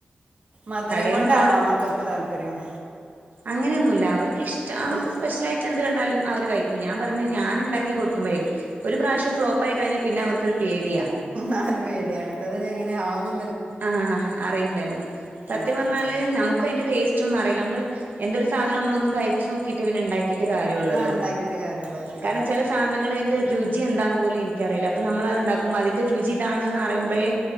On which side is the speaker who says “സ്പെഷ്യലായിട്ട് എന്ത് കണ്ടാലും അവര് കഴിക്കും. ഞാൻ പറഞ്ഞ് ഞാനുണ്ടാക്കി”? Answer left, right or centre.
Right